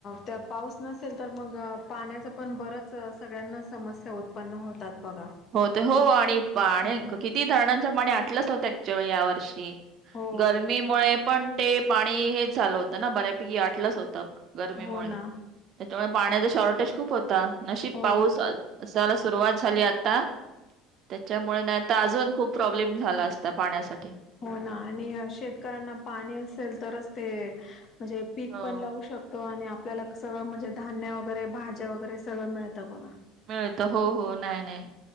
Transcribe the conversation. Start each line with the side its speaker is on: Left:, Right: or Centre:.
Left: त्या पाऊस नसेल तर मग पाण्याचं पण बरंच सगळ्यांना समस्या ते उत्पन्न होतात बघा.
Right: हो ते हो आणि पाणी
Left: हो
Right: आणि
Left: ना.
Right: किती धरणांचं पाणी आटलंच होतं ऍक्च्यु या वर्षी.
Left: हो
Right: गरमीमुळे पण ते पाणी हेच झालं होतं ना बऱ्यापैकी आटलंच होतं. गरमीमुळे
Left: हो ना
Right: त्याच्यामुळे पाण्याचा शॉर्टेज खूप होता नशीब
Left: हो
Right: पाऊस अस सुरुवात झाली आता त्याच्यामुळे नाही तर अजून खूप प्रॉब्लेम झाला असता पाण्यासाठी.
Left: हो ना आणि शेतकऱ्यांना पाणी असेल तरच ते म्हणजे पीक
Right: हो
Left: पण लावू शक आणि आपल्याला सगळं म्हणजे धान्य वगैरे, भाज्या वगैरे सगळं मिळतं बघा.
Right: मिळत हो हो. नाही नाही.